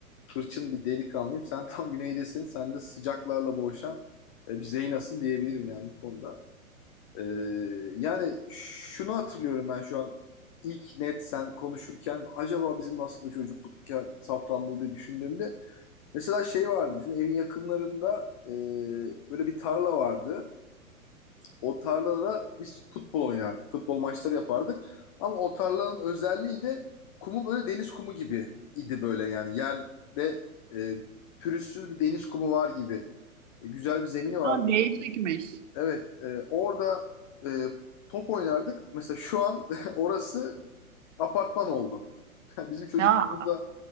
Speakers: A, on the left (about 25°); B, on the right (about 55°).
A: hırçın bir delikanlıyım. Sen tam güneydesin, sen de sıcaklarla boğuşan e, bir Zeynas'ın diyebilirim yani bu konuda. E, yani şunu hatırlıyorum ben şu an ilk net sen konuşurken acaba bizim nasıldı çocuklukken Safranbolu diye düşündüğümde mesela şey vardı bizim evin yakınlarında e, böyle bir tarla vardı. O tarlada biz futbol oynardık. Futbol maçları yapardık. Ama o tarlanın özelliği de kumu böyle deniz kumu gibi idi böyle yani. Yerde e, pürüzsüz bir deniz kumu var gibi. E, güzel bir zemini vardı.
B: Ha, değişikmiş.
A: Evet, e, orada e, top oynardık. Mesela şu an <laughs> orası apartman oldu. <laughs> Bizim çocukluğumuzda
B: Ya